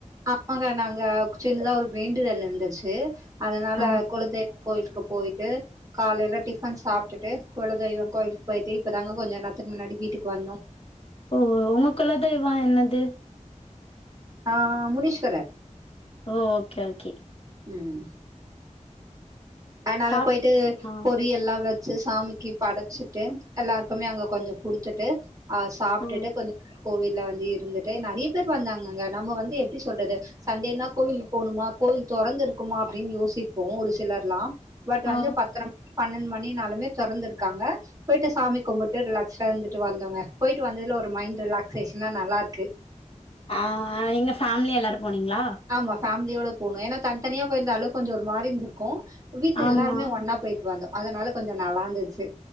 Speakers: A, on the right (about 25°); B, on the left (about 45°).
A: ஆமாங்க நாங்க சின்னதா ஒரு வேண்டுதல் இருந்துச்சு அதனால
B: ஆ
A: குலதெய்வம் கோயிலுக்கு போயிட்டு காலையில டிஃபன் சாப்ட்டுட்டு குலதெய்வம் கோயிலுக் போயிட்டு இப்பதாங்க கொஞ்சொ நேர்த்துக்கு முன்னாடி வீட்டுக்கு வந்தோ
B: ஓ உங்க குலதெய்வம் என்னது
A: ஆ முனீஷ்வரர்
B: ஓ ஓகே ஓகே
A: ம் அதனால
B: சாப்
A: போயிட்டு
B: ஆ
A: பொறி எல்லா வெ ச்சு சாமிக்கி படச்சுட்டு எல்லாருக்குமே அங்க கொஞ்சம் குடுத்துட்டு அ சாப்ட்டுட்டு
B: ஆ
A: கொஞ்சோ கோவில்ல வந்து இருந்துட்டு நறைய பேர் வந்தாங்க அங்க நம்ம வந்து எப்டி சொல்றது சண்டேனா கோவிலுக் போணுமா கோவில் தொறந்து இருக்குமா அப்டின் யோசிப்போ ஒரு சிலர்ல்லா பட் வந்து
B: ஆ
A: பத்தர மணி பன்னெண்டு மணினாலுமே தொறந்திருக்காங்க போய்ட்டு சாமி கும்புட்டு ரிலாக்ஸ்டா இருந்துட்டு வந்தோங்க போயிட்டு வந்ததுல ஒரு மைண்ட் ரிலாக்சேஷனா நல்லாருக்கு
B: ஆ எங்க ஃபேமிலியா எல்லாரு போனீங்ளா
A: ஆமா ஃபேமிலியோட போணோ ஏனா தன் தனியா போயிருந்தாலு கொஞ்சோ ஒரு மாரிந்துருக்கு வீட்ல
B: ஆமா
A: எல்லாருமே ஒன்னா போயிட்டு வந்தோ அதனால கொஞ்சோ நல்லாந்துச்சு